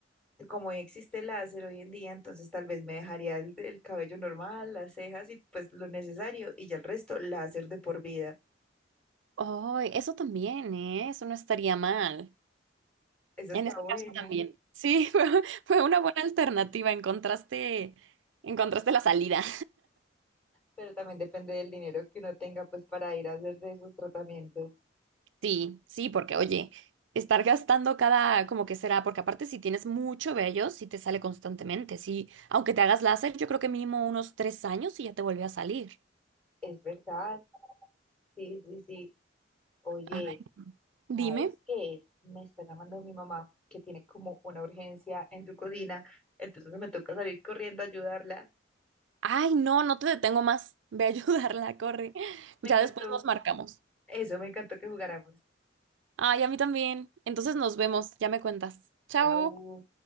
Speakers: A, in the centre; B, on the right (about 75°).
A: como existe el láser hoy en día, entonces tal vez me dejaría el, el cabello normal, las cejas y pues lo necesario y ya el resto láser de por vida.
B: Ay, eso también, ¿eh? Eso no estaría mal.
A: Esa
B: En
A: está
B: este
A: buena.
B: caso también.
A: <laughs>
B: Sí, <laughs> fue, fue una buena alternativa. Encontraste, encontraste la salida.
A: Pero también depende del dinero que uno tenga pues para ir a hacer de esos tratamientos.
B: Sí, sí, porque oye, estar gastando cada, como que será, porque aparte si tienes mucho vello, sí te sale constantemente, sí, aunque te hagas láser, yo creo que mínimo unos tres años y ya te vuelve a salir.
A: Es verdad. Sí, sí, sí. Oye.
B: Ay, dime.
A: Sabes que me está llamando mi mamá que tiene como una urgencia en su cocina, entonces me toca salir corriendo a ayudarla.
B: Ay, no, no te detengo más. <laughs> Ve a ayudarla, corre.
A: Me
B: Ya
A: encantó
B: después nos marcamos.
A: eso, me encantó que jugáramos.
B: Ay, a mí también. Entonces nos vemos, ya me cuentas. Chao.
A: Chao.